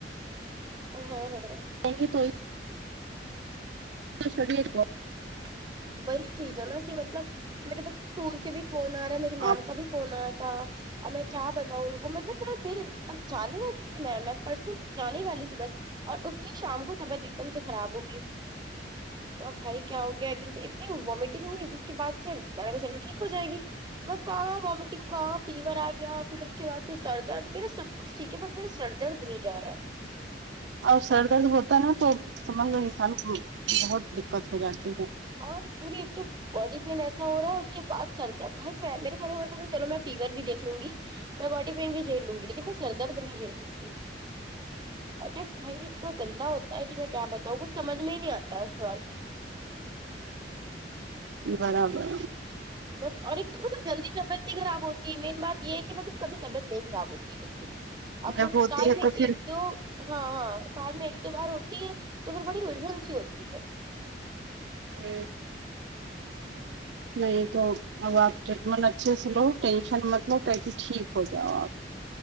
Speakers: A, on the right; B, on the right.
A: ہاں ہاں
B: نہیں تو <unintelligible>
A: وہی چیز ہے نا کہ مطلب میرے بچے اسکول سے بھی فون آ رہا ہے میری میم
B: آپ
A: کا بھی فون آیا تھا اب میں کیا بتاؤ ان کو مطلب میں میر اب جانے والی تھی میں میں پرسوں جانے والی تھی بس اور اس کی شام کو طبیعت ایک دم سے خراب ہوگئی ا بھائی کیا ہو گیا ایک دن اتنی وامٹنگ ہوئی اس کے بعد سے میں نے کہا چلو ٹھیک ہو جائے گی وہ کہاں وامٹنگ کہاں فیور آ گیا پھر اس کے بعد سے سردر میرا سب کو چ ٹھیک ہے بٹ میرے سر درد نہیں جا رہا ہے
B: اور سر درد ہوتا ہے نا تو سمجھلو انسان کو بہت دقت ہو جاتی ہے
A: ہاں پوری ایک تو باڈی پین ایسا ہو رہا ہے اس کے بعد سر درد بھائی میں میرے کہنے کا مطلب ہے چلو میں فیور بھی دیکھ لوں گی میں باڈی پین بھی جھیل لوں گی لیکن میں سر درد نہیں جھیل سکتی ارے بھائی اتنا گندا ہوتا ہے کہ میں کیا بتاؤں کچھ سمجھ میں ہی نہیں آتا ہے سوال
B: برابر
A: بس اور ایک تو مطلب جلدی طبیعت نہیں خراب ہوتی ہے مین بات یہ ہے کہ مطلب کبھی طبیعت نہیں خراب ہوتی ہے جلدی اب
B: جب
A: نسکان
B: ہوتی ہے
A: میں
B: تو پھر
A: ایک جو ہاں ہاں سال میں ایک دو بار ہوتی ہے تو پھر بڑی الجھن سی ہوتی ہے
B: ہ نہیں تو اب آپ ٹریٹمنٹ اچھے سے لو ٹینشن مت لو تاکہ ٹھیک ہو جاؤ آپ